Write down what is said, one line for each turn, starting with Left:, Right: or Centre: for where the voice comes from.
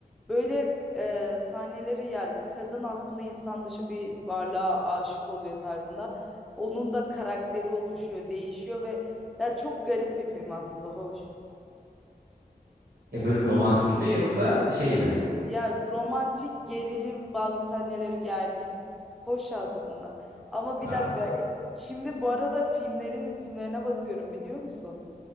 Centre: Böyle e, sahneleri ya kadın aslında insan dışı bir varlığa aşık oluyor tarzında. Onun da karakteri oluşuyor, değişiyor ve ya çok garip bir film aslında, hoş.
Right: E böyle romantik mi yoksa şey mi?
Centre: Ya romantik gerilim bazı sahneleri gergin. Hoş aslında. Ama bir
Right: Aa,
Centre: dakika e, şimdi bu arada filmlerin isimlerine bakıyorum biliyor musun?